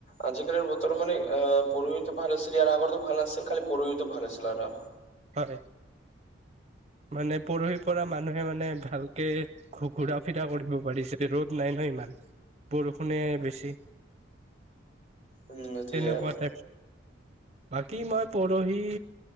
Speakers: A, on the left; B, on the right.
A: আজিকালিৰ বতৰ মানে পঢ়হিতো ভাল আছিল ইয়াৰ আগতো ভাল নাছিল। খালি পঢ়হিতো ভাল আছিল আৰু।
B: হয়ঁ। মানে পৰহি পৰা মানুহে মানে ভালকে- ঘ ঘূৰা ফিৰা কৰিব পাৰিছে ৰ'দ নাই ন ইমান। বৰষুণে বেছি
A: উম, সেইটোৱে
B: তেনেকুৱা
A: আৰু
B: টাইপ। বাকী মই পৰহি